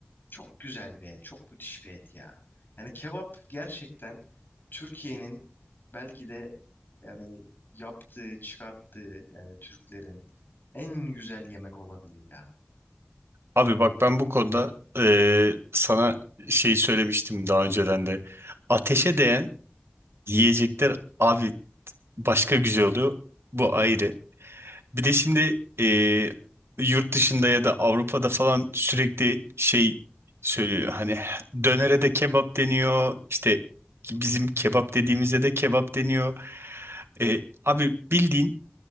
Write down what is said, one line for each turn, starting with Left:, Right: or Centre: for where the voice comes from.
Left: çok güzel bir et, çok müthiş bir et ya. Yani kebap gerçekten Türkiye'nin belki de yani yaptığı, çıkarttığı yani Türklerin en güzel yemek olabilir ya.
Right: abi bak ben bu konuda e, sana şeyi söylemiştim daha önceden de ateşe değen yiyecekler abi başka güzel oluyor bu ayrı Bir de şimdi e, yurt dışında ya da Avrupa'da falan sürekli şey söylüyor. Hani dönere de kebap deniyor. İşte bizim kebap dediğimizde de kebap deniyor. E, abi bildiğin